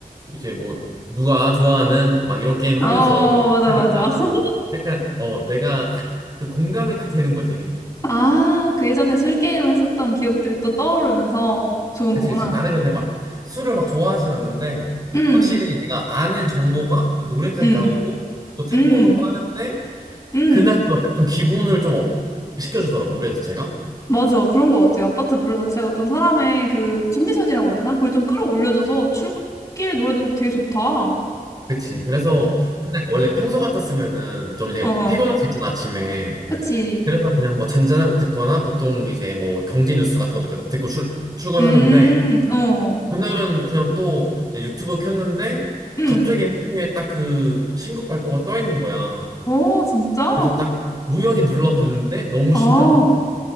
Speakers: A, on the right; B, on the left.
A: 이제 뭐 누가 좋아하는 막 이런 게임 하면서
B: 음. 어, 맞아,
A: 하니까
B: 맞아. <laughs>
A: 약간 어 내가 딱 그 공감이 딱 되는 거지.
B: 아, 그 예전에 술게임을 했었던 기억들이 또 떠오르면서 좋은
A: 그치
B: 거구나.
A: 그치. 나는 근데 막 술을 막 좋아하진 않는데
B: 음,
A: 확실히 내가 아는 정보가 노래까지
B: 음,
A: 나오고 또 템포도
B: 음,
A: 빠른데
B: 음.
A: 그날 또 약간 좀 기분을 좀 업 시켜주더라고 노래 자체가.
B: 맞아. 그런 것 같아요. 아파트 노래 자체가 좀 사람의 그 컨디션이라고 해야 되나? 그걸 좀 끌어올려줘서 출근길 노래도 되게 좋다. 어,
A: 그치. 그래서 그냥 원래 평소 같았으면은 좀 이제
B: 어, 어.
A: 피곤할 수 있잖아 아침에.
B: 그치.
A: 그래서 그냥 뭐 잔잔한 거 듣거나 보통 이제 뭐 경제 뉴스 같은 것도 듣고 출, 출근하는데
B: 음, 어,
A: 그날은 그냥 또 이제 유튜브 켰는데
B: 음.
A: 갑자기 맨 위에 딱 그 신곡 발표가 떠 있는 거야.
B: 어, 진짜?
A: 그래서 딱 우연히 눌러봤는데 너무
B: 아,
A: 신나는 거지.